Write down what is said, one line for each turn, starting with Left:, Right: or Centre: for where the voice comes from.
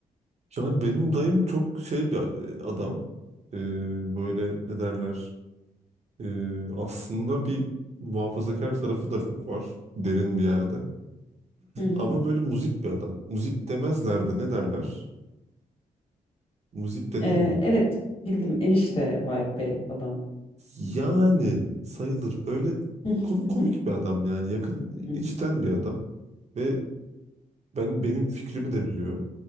Right: Yani benim dayım çok şey bir e, adam. E, böyle ne derler. E, aslında bir muhafazakar tarafı da çok var. Derin bir yerde.
Left: Hı hı.
Right: Ama böyle muzip bir adam. Muzip demezler de ne derler? Muzip denir
Left: E,
Right: mi?
Left: evet. Bildim. Enişte vibe bir adam.
Right: Yani sayılır. Böyle
Left: <laughs>
Right: kom- komik
Left: Hı
Right: bir adam yani. Yakın
Left: hı.
Right: içten bir adam. Ve ben benim fikrimi de biliyor.